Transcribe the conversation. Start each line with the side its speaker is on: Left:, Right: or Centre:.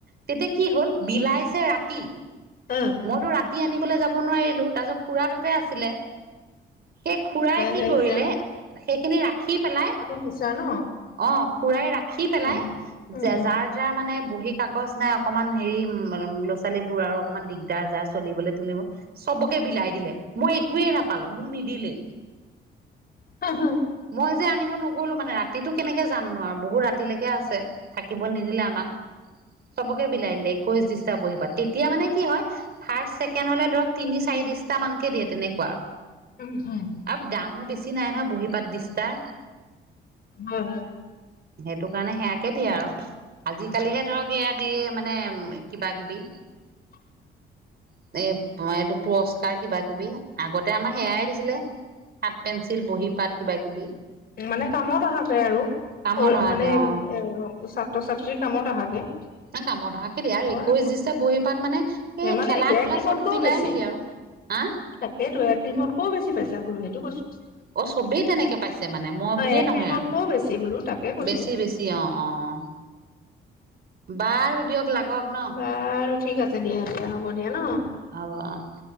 Right: তেতিয়া কি হল বিলাইছে ৰাতি।
Left: উম
Right: মইতো ৰাতি আনিবলৈ যাব নোৱাৰিলো তাৰপিছত খুৰাৰ তাতে আছিলে। সেই খুৰাই কি
Left: লৈ আহিছা
Right: কৰিলে সেইখিনি ৰাখি পেলাই,
Left: পইচা ন,
Right: অ খুৰাই ৰাখি পেলাই
Left: উম উম
Right: যাৰ,
Left: উম
Right: তাৰ মানে বঢ়ী কাগজ নাই অকনমান হেৰি উম ল'ৰা ছোৱালীবোৰ আৰু অকনমান দিগদাৰ যাৰ চলিবলৈ থলিবলৈ। চবকে বিলাই দিলে মই একোৱে নাপালো মোক নিদিলেই।
Left: <unintelligible>
Right: মই যে আনিব নগ'লো মানে ৰাতিটো কেনেকে যামনো আৰু বহুত ৰাতিলৈকে আছে। থাকিব নিদিলে আমাক চবকে বিলাই দিলে একৈশ দিশটা বহিপাট তেতিয়া মানে কি হয়। ফাৰ্ষ্ট ছেকেণ্ড হলে ধৰক তিনি চাৰি দিশটা মানকে দিয়ে তেনেকুৱা আৰু
Left: উম উম,
Right: আৰু দামো বেছি নাই নহয় বহী পাত দিছটাৰ।
Left: হয় হয়।
Right: সেইটো কাৰণে সেয়াকে দিয়ে আৰু আজিকালিহে ধৰক সেয়া দিয়ে মানে কিবা কিবি।
Left: <inaudible>
Right: <unintelligible> তোমাৰ এইটো পুৰস্কাৰ কিবা কিবি আগতে আমাৰ সেয়াই দিছিলে কাঠ পেঞ্চিল বহী পাত। কিবা কিবি।
Left: মানে কামত অহাকে আৰু
Right: কামত অহাকে
Left: মানে। <unintelligible>
Right: অ
Left: ছাত্ৰ ছাত্ৰীৰ কামত আহাকে।
Right: কামত আহাকে দিয়া আৰু
Left: হয়
Right: একৈশ
Left: আকৌ
Right: দিছটা বহীৰ পাট মানে
Left: ধেমালি
Right: এই খেলা
Left: নেকি এক
Right: ধূলা
Left: ক্ৰীমতকৈও
Right: চব মিলাই
Left: বেছি
Right: মিলি আৰু। আ
Left: তাকেইতো এৰিমতকেও বেছি পাইছা বুলো সেইটো কৈছোঁ।
Right: অ চবেই তেনেকে পাইছ মানে মই বুলিয়ে
Left: এক
Right: নহয়
Left: ক্ৰীমতকৈও বেছি বোলো তাকে কৈছো
Right: <unintelligible> বেছি, বেছি অ, অ, অ। বাৰু দিয়ক লাগক নহ।
Left: বাৰু ঠিক আছে দিয়া, দিয়া হ'ব দিয়া নহ।
Right: হ'ব।